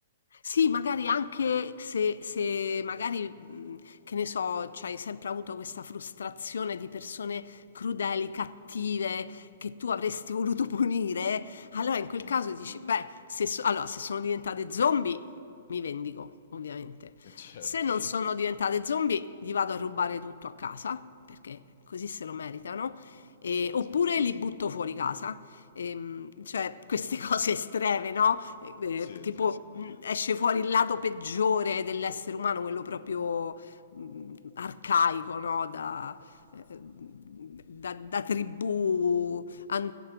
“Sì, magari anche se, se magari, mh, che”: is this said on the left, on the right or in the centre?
Left